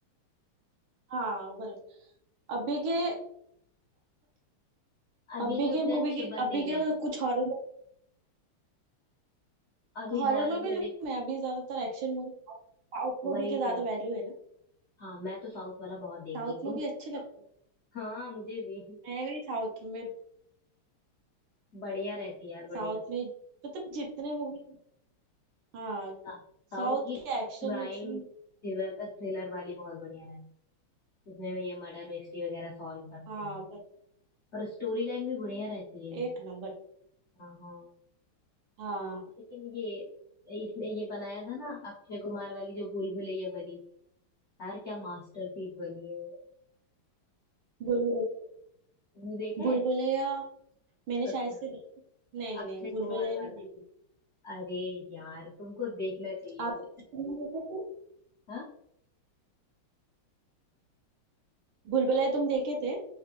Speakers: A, on the right (about 75°); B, on the left (about 80°).
A: हाँ बराबर अभी के
B: अभी
A: अभी
B: के
A: के
B: उतने
A: मूवी
B: अच्छे
A: की
B: बन नहीं
A: अभी के
B: रहे हैं
A: कुछ हॉरर
B: अभी
A: हॉरर
B: हॉरर
A: मूवी
B: में
A: ना
B: देखो
A: मैं अभी ज्यादातर एक्शन मूवी साउथ
B: वही
A: मूवी के ज्यादा
B: तो
A: वैल्यू है ना
B: हाँ मैं तो साउथ वाला बहुत देखती
A: साउथ
B: हूँ तुम
A: मूवी
B: देखती
A: अच्छे लगते
B: हो
A: हैं
B: हाँ मुझे भी
A: मैं गई साउथ में
B: बढ़िया रहती है यार बढ़िया
A: साउथ में मतलब जितने मूवी हाँ
B: सा- साउथ
A: साउथ
B: की
A: के एक्शन
B: क्राइम
A: विक्शन
B: थ्रिलर थ्रिलर वाली बहुत बढ़िया रहती है जिसमें ये मर्डर मिस्ट्री वगैरह सॉल्व करते
A: हाँ
B: हैं
A: बस-
B: और स्टोरी लाइन भी बढ़िया रहती है
A: एक नंबर
B: हाँ हाँ
A: हाँ
B: लेकिन ये इसमें ये बनाया था ना अक्षय कुमार वाली जो भूल भुलैया बनी थी यार क्या मास्टरपीस बनी है वो
A: बुलबुल
B: तुमने देखा
A: बुलबुलैया
B: है
A: मैंने
B: अ-
A: शायद से देखी नहीं
B: अक्षय
A: नहीं बुलबुलैया
B: कुमार वाला
A: नहीं देखी
B: अरे यार तुमको देखना चाहिए
A: आप
B: वो
A: तुमने देखे थे
B: हाँ
A: बुलबुलैया तुम देखे थे